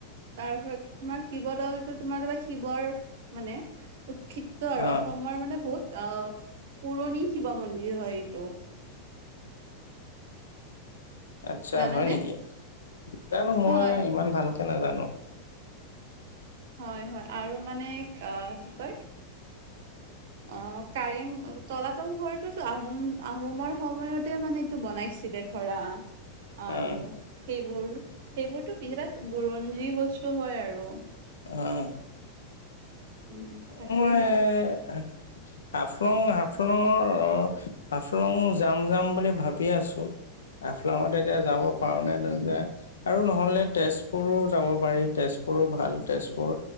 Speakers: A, on the right (about 55°); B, on the left (about 70°).
A: তাৰপৰত তোমাৰ শিৱদলটো তোমাৰ শিৱৰ মানে <unintelligible> উৎক্ষিপ আৰু
B: অ',
A: অসমৰ মানে বহুত আহ পুৰণি শিৱ মন্দিৰ হয় এইটো। <unintelligible>
B: আচ্ছা
A: জানানে?
B: হয় নেকি জানো মই
A: হয়
B: ইমান ভালকে নাজানো। <unintelligible>
A: হয় হয় আৰু মানে কি কয় অৱ কাৰেং তলাতল ঘৰটোতো আহোম আহোমৰ সময়তে মানে এইটো বনাই <unintelligible>
B: আহ
A: <inaudible> বোৰ সেইবোৰতো বিৰাট বুৰঞ্জী বস্তু হয় আৰু <unintelligible>
B: অৱ
A: উম তাকেহে
B: ময় এ, হাফ হাফলং হাফলঙৰ হাফলং জাম জাম বুলি ভাবি আছো। হাফলাঙত এতিয়া যাব পাৰোনে ন যে আৰু নহলে তেজপুৰো যাব পাৰি তেজপুৰ ভাল তেজপুৰ